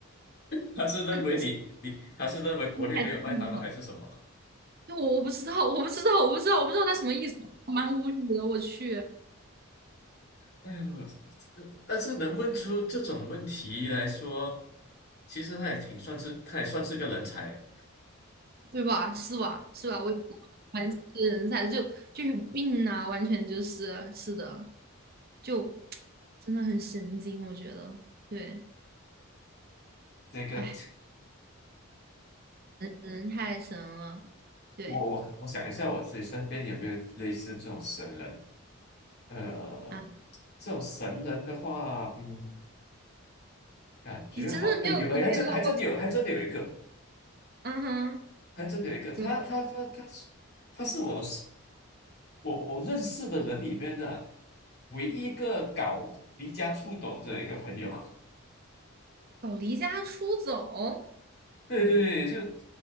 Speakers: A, on the left; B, on the right.
A: 他是认为你你他是认为国内没有麦当劳还是什么？
B: 他是是麦当劳就我我不知道，我不知道，我不知道，我不知道他什么意思，蛮无语的，我去，
A: 哎呦，这这但是能问出这种问题来说，其实他也挺算是他也算是个人才。
B: 对吧？是吧？是吧？我也不蛮是人才，就就有病呐、完全就是是的，就 <tsk> 真的很神经，我觉得，对，
A: 这个，
B: 哎，人太神了，对。
A: 我我我想一下，我自己身边有没有类似这种神人？呃，
B: 啊。
A: 这种神人的话，嗯，感觉好，
B: 你真的没有考虑到过，
A: 哎，有，哎，还真还真有，还真的有一个，
B: 啊哈，
A: 还真的有一个，
B: 怎么
A: 他他他他是他是我我我认识的人里面的唯一一个搞离家出走的一个朋友。<laughs>
B: 搞离家出走？
A: 对对对，就